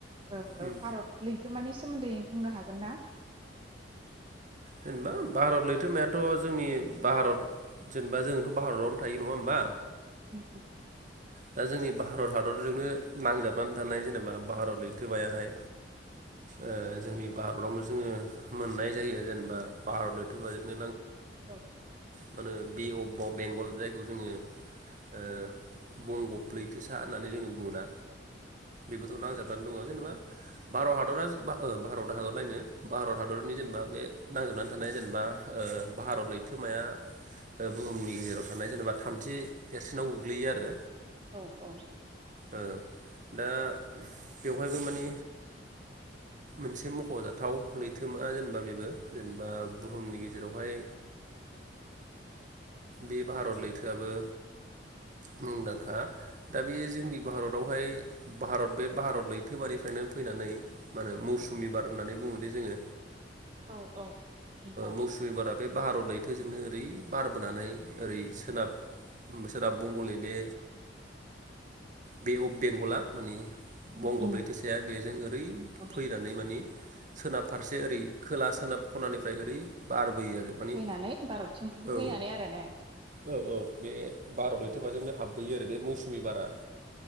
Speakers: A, on the right; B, on the right.
A: भारत
B: उम
A: लैथोमानि सोमोन्दै बुंनो हागोनना।
B: जेनेबा भारत लैथोरोमायाथ' जोंनि भारत जेनेबा जोंथ' भारतावनो थायो नङा होमबा।
A: उम उम।
B: दा जोंनि भारत हादर। फोरजोंनो नांजाबनानै थानाय जेनेबा। भारत लैथोमायाहाय। ओ जोंनि भारतावनो जोङो मोननाय जायो जेनेबा भारत लैथोमोबाजोंनो
A: औ
B: <unintelligible> <unintelligible> से अप बेंगल जायखौ जोङो ओ बंगब लैथोसा होननानै जोङो बुङोना। बेबोथ'
A: औ
B: नांजाबनानै
A: औ
B: दङ जेनेबा। भारत हादरा भारत हादरलायनो भारत हादरनि जेनेबा बे नांजाबनानै थानाय जेनेबा भारत लैथोमाया। बुहुमनि गेजेराव थानाय जेनेबा। थामथि देरसिनाव गोग्लैयो आरो।
A: औ औ।
B: ओ दा बेवहायबो मानि मोनसे मख'जाथाव लैथोमा जेनेबा बेबो जेनेबा बुहुमनि गेजेरावहाय बे भारत लैथोआबो मुदांखा। दा बे जोंनि भारतावहाय भारत बे भारत लैथोमानिफ्रायनो फैनानै मा होनो मौसुमि बार होननानै बुङोदि जोङो।
A: औ औ बार
B: मौसुमि बारा बे भारत लैथोजोंनो ओरै बारबोनानै ओरै सोनाब सोनाब बगंनि बे बे अफ बेंगला मानि
A: उम
B: बंग'
A: उम
B: लैथोसाया बेजों ओरै
A: औ
B: फैनानै माने सोनाब फारसे ओरै खोला -सोनाब खनानिफ्राय ओरै बारबोयो। आरो माने
A: फैनानै भारतथिं
B: औ
A: फैनानै आरो ने
B: औ औ बे भारत लैथोमाजोंनो <unintelligible> हाबोयो आरो बे मौसुमि बारा।
A: औ